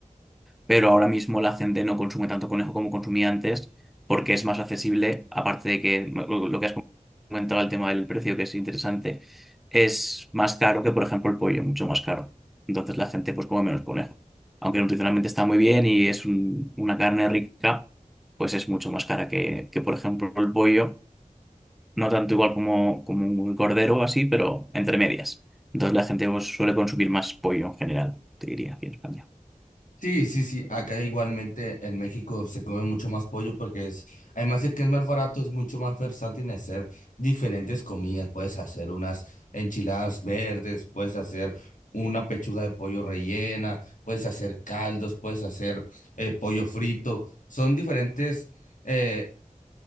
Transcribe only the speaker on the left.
Sí, sí, sí, acá igualmente en México se come mucho más pollo porque es, además de que es más barato, es mucho más versátil en hacer diferentes comidas. Puedes hacer unas enchiladas verdes, puedes hacer una pechuga de pollo rellena, puedes hacer caldos, puedes hacer eh, pollo frito. Son diferentes. eh,